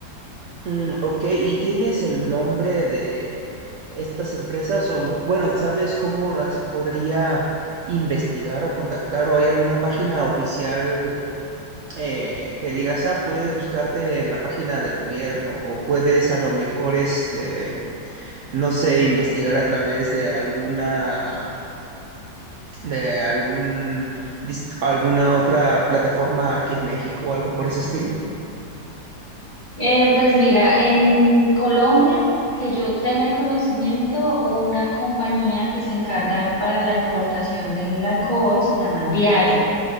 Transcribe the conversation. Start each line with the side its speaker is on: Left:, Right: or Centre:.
Right: Mm, ok, ¿y tienes el nombre de estas empresas o, bueno, ¿sabes cómo las podría investigar o contactar o hay alguna página oficial eh, que digas, ah, puedes buscarte en la página del gobierno o puedes a lo mejor, este, no sé, investigar a través de alguna, de algún, dis- alguna otra plataforma aquí en México o algo por ese estilo?
Left: Eh, pues mira, en Colombia, que yo tenga conocimiento, una compañía que se encarga para la importación del alcohol se llama Diageo.